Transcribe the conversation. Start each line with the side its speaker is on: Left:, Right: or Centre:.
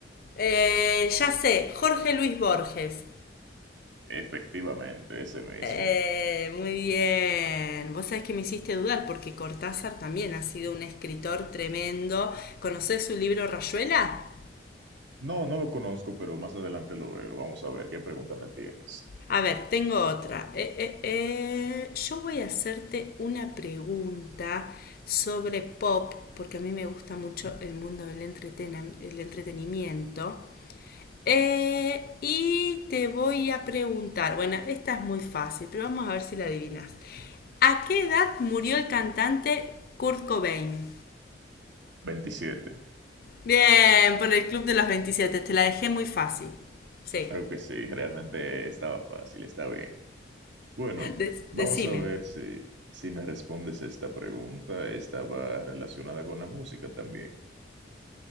Left: Eh, ya sé, Jorge Luis Borges.
Right: efectivamente, ese mismo.
Left: Eh, muy bien. Vos sabés que me hiciste dudar porque Cortázar también ha sido un escritor tremendo. ¿Conocés su libro Rayuela?
Right: No, no lo conozco, pero más adelante lo veo. Vamos a ver qué pregunta me tienes.
Left: A ver, tengo otra. Eh, eh, eh, Yo voy a hacerte una pregunta sobre pop, porque a mí me gusta mucho el mundo del entretena- el entretenimiento. Eh, y te voy a preguntar, bueno, esta es muy fácil, pero vamos a ver si la adivinas. ¿A qué edad murió el cantante Kurt Cobain?
Right: Veintisiete.
Left: Bien, por el Club de los 27. te la dejé muy fácil. Sí,
Right: Claro que sí, realmente estaba fácil, está bien. Bueno,
Left: Des-
Right: vamos
Left: decime.
Right: a ver si, si me respondes esta pregunta. Esta va relacionada con la música también.